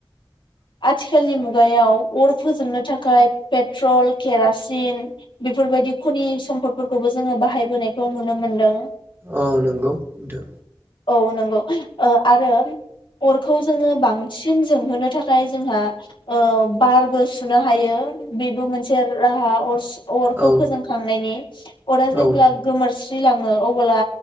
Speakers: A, on the left (about 65°); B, on the right (about 25°).
A: आथिखालनि मुगायाव अर फोजोंनो थाखाय पेट्रल खेरासिन बेफोरबायदि खनि सम्पद फोरखौबो जोङो बाहायबोनायखौ नुनो मोन्दों।
B: औ नंगौ दो
A: औ नंगौ ओ आरो अरखौ जोङो बांसिन जोंहोनो थाख फ्राय जोंहा ओ बारबो सुनो हायो। बिबो मोनसे राहा। खस अरखौ
B: औ
A: फोजोंखांनायनि अरा जेब्ला
B: औ
A: गोमोर थैलाङो अब्ला